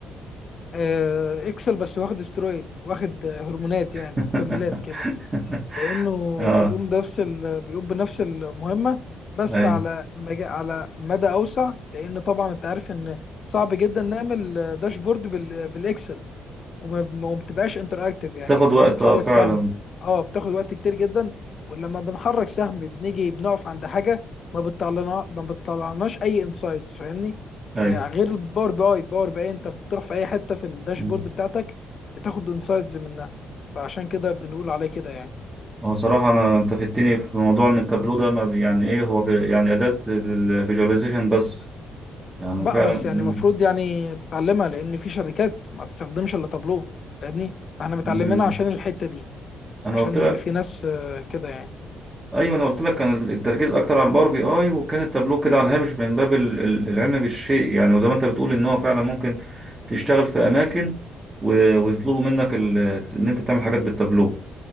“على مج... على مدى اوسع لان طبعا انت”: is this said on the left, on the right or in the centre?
Left